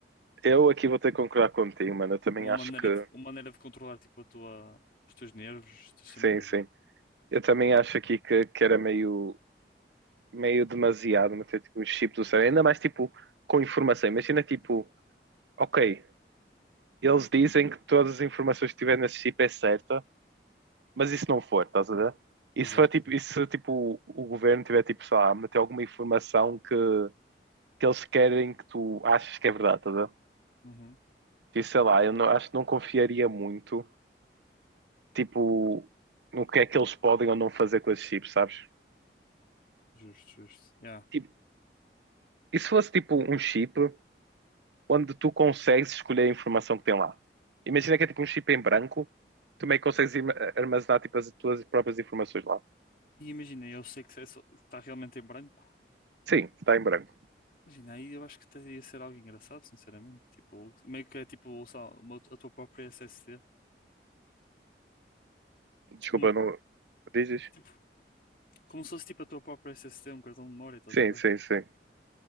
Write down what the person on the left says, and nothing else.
uma
maneira
de, uma maneira de controlar, tipo, a tua, os teus nervos, o teu sistema
nervoso.
Exato,
exato.
Uhum.
Justo, justo. Yeah.
E imagina, eu sei que está realmente em branco.
Imagina, aí eu acho que até ia ser algo engraçado, sinceramente. Tipo, meio que é tipo só uma- a tua própria SSD.
Tipo, uma,
tipo, como se fosse tipo a tua própria S S D um cartão de memória, estás
a ver?